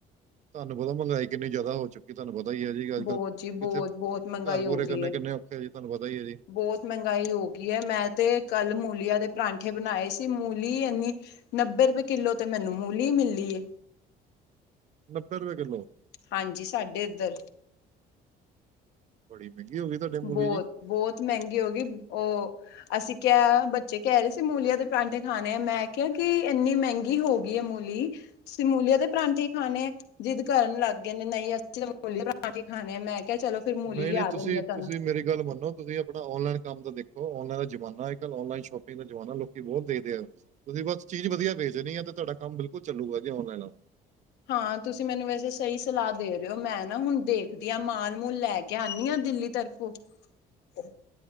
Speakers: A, on the right; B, on the left.
A: ਤੁਹਾਨੂੰ ਪਤਾ ਮੰਗਾਈ ਕਿੰਨੀ ਜ਼ਿਆਦਾ ਹੋ ਚ- ਕੀ ਤੁਹਾਨੂੰ ਪਤਾ ਹੀ ਹੈ ਜੀ, ਅੱਜ
B: ਬਹੁਤ
A: ਕਲ ਕਿੱਥੇ
B: ਜੀ ਬਹੁਤ ਬਹੁਤ ਮਹਿੰਗਾਈ
A: ਘਰ ਪੂਰੇ
B: ਹੋ ਗਈ
A: ਕਰਨੇ ਕਿੰਨੇ ਔਖੇ ਹੈ ਜੀ, ਤੁਹਾਨੂੰ ਪਤਾ ਹੀ ਹੈ ਜੀ।
B: ਬਹੁਤ ਮਹਿੰਗਾਈ ਹੋ ਗਈ ਹੈ। ਮੈਂ ਤੇ ਕੱਲ ਮੂਲੀਆਂ ਦੇ ਪਰਾਂਠੇ ਬਣਾਏ ਸੀ, ਮੂਲੀ ਇੰਨੀ ਨੱਬੇ ਰੁਪਏ, ਕਿੱਲੋ ਤੇ ਮੈਨੂੰ ਮੂਲੀ ਮਿਲੀ ਏ।
A: ਨੱਬੇ ਰੁਪਏ ਕਿੱਲੋ?
B: ਹਾਂਜੀ, ਸਾਡੇ ਇੱਧਰ।
A: ਬੜੀ ਮਹਿੰਗੀ ਹੋ ਗਈ ਤੁਡੇ
B: ਬਹੁਤ
A: ਮੂਵੀ ਜੀ।
B: ਬਹੁਤ ਮਹਿੰਗੀ ਹੋ ਗਈ, ਉਹ। ਅਸੀਂ ਕਿਹਾ, ਬੱਚੇ ਕਹਿ ਰਹੇ ਸੀ ਮੂਲੀਆਂ ਦੇ ਪਰਾਂਠੇ ਖਾਣੇ ਆ। ਮੈਂ ਕਿਹਾ ਕਿ ਇੰਨੀ ਮਹਿੰਗੀ ਹੋ ਗ- ਗੀ ਆ ਮੂਲੀ, ਤੁਸੀਂ ਮੂਲੀਆਂ ਦੇ ਪਰਾਂਠੇ ਹੀ ਖਾਣੇ? ਜਿੱਦ ਕਰਨ ਲੱਗ ਗਏ, ਨੇ ਨਹੀਂ ਅਸੀਂ ਤਾਂ ਮੂਲੀ ਦੇ ਪਰਾਂਠੇ ਹੀ ਖਾਣੇ ਹੈ। ਮੈਂ ਕਿਹਾ ਚਲੋ ਫੇਰ ਮੂਲੀ
A: ਨਹੀਂ
B: ਲਿਆ
A: ਨਹੀਂ ਤੁਸੀਂ
B: ਦਿੰਦੇ ਆ। ਤੁਹਾਨੂੰ
A: ਤੁਸੀਂ ਮ- ਮੇਰੀ ਗੱਲ ਮੰਨੋ ਤੁਸੀਂ ਆਪਣਾ ਔਨਲਾਈਨ ਕੰਮ ਦਾ ਦੇਖੋ, ਆਨਲਾਈਨ ਦਾ ਜਮਾਨਾ ਹੈ। ਅੱਜ ਕੱਲ ਆਨਲਾਈਨ ਸ਼ੋਪਿੰਗ ਦਾ ਜਮਾਨਾ ਲੋਕੀ ਬਹੁਤ ਦੇਖਦੇ ਆ। ਤੁਸੀਂ ਬਸ ਚੀਜ਼ ਵਧੀਆ ਵੇਚਣੀ ਆ। ਤੇ ਤੁਹਾਡਾ ਕੰਮ ਬਿਲਕੁਲ ਚੱਲੂਗਾ ਜੀ, ਆਨਲਾਈਨ ਵਾਲਾ।
B: ਹਾਂ ਤੁਸੀਂ ਮੈਨੂੰ ਵੈਸੇ ਸਹੀ ਸਲਾਹ ਦੇ ਰਹੇ ਹੋ। ਮੈਂ ਨਾ ਹੁਣ ਦੇਖਦੀ ਹਾਂ, ਮਾਲ- ਮੂਲ ਲੈ ਕੇ ਆਉਂਦੀ ਹਾਂ ਦਿੱਲੀ ਤਰਫ਼। ਹੋ, ਹੋ।